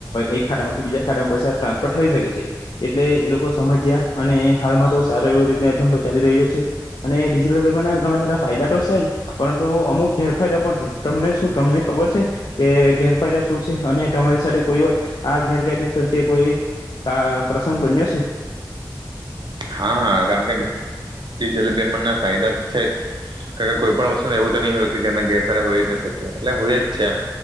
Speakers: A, on the left; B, on the right.
A: એક ખાતામાંથી બીજા ખાતામાં પૈસા ટ્રાન્સફર થઈ શકે. એટલે એ લોકો સમજ્યા અને હાલમાં સારો એવો રીત ધંધો ચાલી રહ્યો છે અને ડિજિટલ પેમેન્ટ ઘણા બધા ફાયદા તો છે જ પરંતુ અમુક ગેરફાયદા પણ છે તમને શું તમને ખબર છે કે ગેરફાયદા શું છે અને તમારી સાથે કોઈ વાર આ ગેરકાયદેસર કે કોઈ કા પ્રસંગ બન્યો છે.
B: હા કારણ કે ડિજિટલ પેમેન્ટ ના ફાયદા તો છે જ કારણ કે કોઈ પણ વસ્તુ એવું તો નહી હોય કે એમના ગેરફાયદા હોય જ ન શકીએ એટલે હોય જ છે એમ